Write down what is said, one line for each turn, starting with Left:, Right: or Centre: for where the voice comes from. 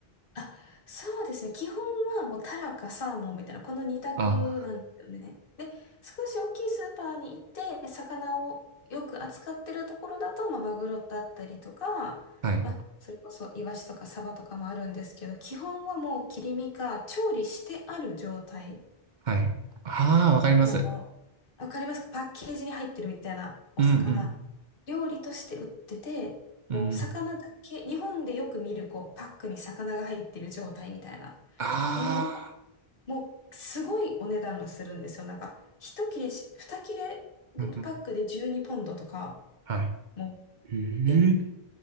Left: あ、そうですね。基本はもうタラかサーモンみたいな、この二択なんですよね。
Right: あ、
Left: で、少し大きいスーパーに行って、魚をよく扱ってるところだと、まあ、マグロだったりとか、
Right: はい、
Left: まあ、それこそイワシとかサバとかもあるんですけど、基本はもう切り身か調理してある状態。
Right: はい。ああ、わかります。
Left: あの、わかりますかパッケージに入ってるみたいなお魚。
Right: うん、
Left: 料理として売ってて、
Right: うん、
Left: もう魚だけ、
Right: うん。
Left: 日本でよく見るこうパックに魚が入ってる状態みたいな
Right: ああ、
Left: ものを、もうすごいお値段がするんですよ。なんか、一切れし、二切れ
Right: うん、うん、
Left: パックで12ポンドとか、
Right: は
Left: もう、
Right: い。え
Left: え、
Right: え